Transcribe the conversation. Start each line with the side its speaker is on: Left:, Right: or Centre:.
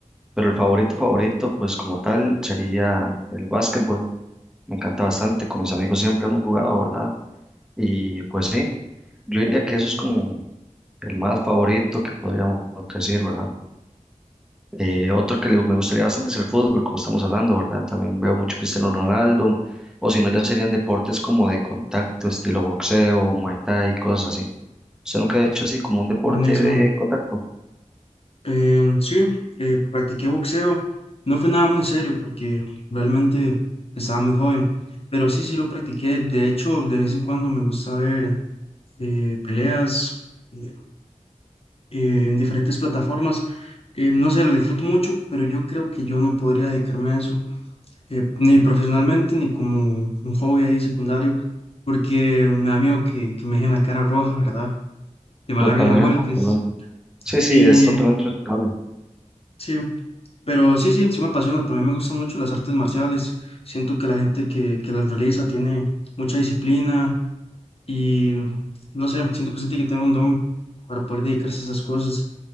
Centre: Pero el favorito favorito, pues como tal, sería el básquetbol. Me encanta bastante, con mis amigos siempre hemos jugado, ¿verdad? Y pues sí, yo diría que eso es como el más favorito que podríamos decir, ¿verdad? Eh, otro que le- me gustaría bastante es el fútbol, como estamos hablando, ¿verdad? También veo mucho Cristiano Ronaldo, o si no, ya serían deportes como de contacto, estilo boxeo, muay thai, cosas así. ¿Usted nunca ha hecho así como un deporte
Left: Buenísimo.
Centre: de contacto?
Left: Em, sí, eh, practiqué boxeo. No fue nada muy serio porque realmente estaba muy joven, pero sí, sí lo practiqué. De hecho, de vez en cuando me gusta ver eh, peleas eh, eh, en diferentes plataformas. Eh, no sé, lo disfruto mucho, pero yo creo que yo no podría dedicarme a eso, eh, ni profesionalmente, ni como un hobby ahí secundario, porque me da miedo que, que me dejen la cara roja, ¿verdad? Que me
Centre: Totalmente,
Left: agarren a golpes.
Centre: totalmente. Sí, sí,
Left: Y
Centre: es totalmente respetable.
Left: Sí, pero sí, sí, sí me apasiona. También me gustan mucho las artes marciales. Siento que la gente que, que las realiza tiene mucha disciplina y no sé, siento que usted tiene que tener un don para poder dedicarse a esas cosas.